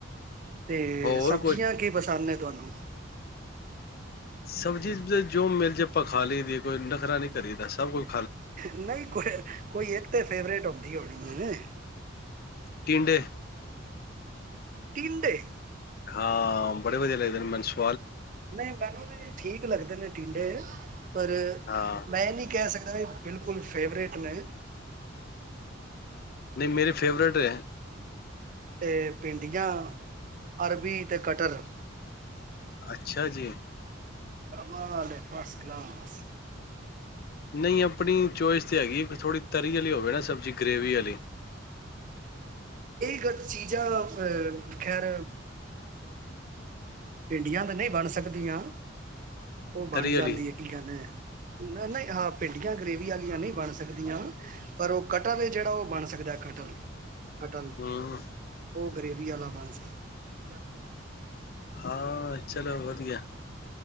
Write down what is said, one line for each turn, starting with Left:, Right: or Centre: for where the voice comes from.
Right: ਤੇ
Left: ਹੋਰ
Right: ਸਬਜ਼ੀਆਂ
Left: ਕੁਝ
Right: ਕੀ ਪਸੰਦ ਨੇ ਤੁਹਾਨੂੰ। <inaudible>
Left: ਸਬਜ਼ੀ ਜੋ ਮਿਲ ਜੇ ਆਪਾਂ ਖਾ ਲਈ ਦੀਏ ਕੋਈ ਨਖਰਾ ਨੀ ਕਰੀਦਾ ਸਭ ਕੁਛ।
Right: ਨਹੀਂ ਕੋਈ ਕੋਈ ਇੱਕ ਤਾਂ ਫੇਵਰੇਟ ਹੋ। ਵਧੀ ਹੋਣੀ ਏ।
Left: ਟੀੰਡੇ।
Right: ਤੀਨਡੇ‌।
Left: ਹਾਂ, ਬੜੇ ਵਧੀਆ ਲੱਗਦੇ ਨੇ ਮੈਨ ਸੁ਼
Right: ਨਹੀਂ ਮੈਨੂੰ ਵੀ ਠੀਕ ਲੱਗਦੇ ਨੇ ਟੀਂਡੇ, ਪਰ
Left: ਹਾਂ
Right: ਮੈਂ ਏਨੀ ਕੈ ਸਕਦ ਐ ਬਿਲਕੁਲ ਫੇਵਰੇਟ ਨੇ।
Left: ਨਹੀਂ ਮੇਰੇ ਫੇਵਰੇਟ ਏ ਐ।
Right: ਏ ਪਿੰਡੀਆਂ, ਅਰਬੀ ਤੇ ਕਟੱਲ।
Left: ਅੱਛਾ ਜੀ।
Right: ਕਮਾਲ ਏ ਫਸ ਕਲਾਸ।
Left: ਨਹੀਂ ਅਪਣੀ ਚੋਇਸ ਤੇ ਹੈਗੀ ਏ। ਥੋੜ੍ਹੀ ਤਰੀ ਅਲੀ ਹੋਵੇ ਨਾ ਸਬਜ਼ੀ ਗ੍ਰੇਵੀ ਅਲੀ
Right: ਖਰ ਚੀਜ਼ਾਂ ਅ ਖੈਰ ਪਿੰਡੀਆਂ ਤਾਂ ਨਹੀਂ ਬਣ ਸਕਦੀਆਂ। ਔ ਬਣ
Left: ਤਰੀ
Right: ਜਾਂਦੀ
Left: ਵਾਲੀ
Right: ਏ ਕੀ ਕੈੰਦੇ ਅ ਨ ਨਹੀਂ ਹਾਂ ਭਿੰਡੀਆਂ ਗਰੇੇਵੀ ਆਲੀਆਂ ਨਹੀਂ ਬਣ ਸਕ ਪਰ ਔ ਕਟੱਲ ਏ ਜੇੜਾ ਔ ਬਣ ਸਕਦੈ ਕਟੱਲ। ਕਟੱਲ
Left: ਹਮ
Right: ਔ ਗ੍ਰੇਵੀ ਆਲਾ ਬਣ ਸਕ ਆਈਯਾ।
Left: ਹਾਂ ਚਲੋ, ਵਧੀਐ।